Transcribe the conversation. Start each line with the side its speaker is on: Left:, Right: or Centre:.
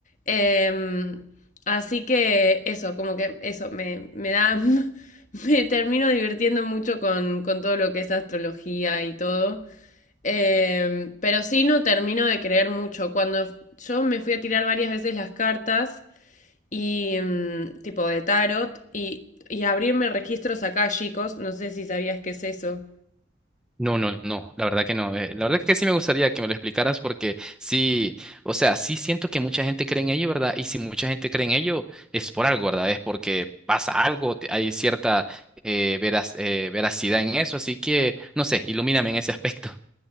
Left: Em, así que eso, como que eso, me, me da, <laughs> me termino divirtiendo mucho con, con todo lo que es astrología y todo. Em, pero sí no termino de creer mucho. Cuando yo me fui a tirar varias veces las cartas, y mm, tipo de tarot y, y abrirme registros acá, chicos. No sé si sabías qué es eso.
Centre: No, no, no, la verdad que no. eh, La verdad que sí me gustaría que me lo explicaras porque sí, o sea, sí siento que mucha gente cree en ello, ¿verdad? Y si mucha gente cree en ello, es por algo, ¿verdad? Es porque pasa algo, te- hay cierta eh, veraz- eh, veracidad en eso, así que, no sé, ilumíname en ese aspecto.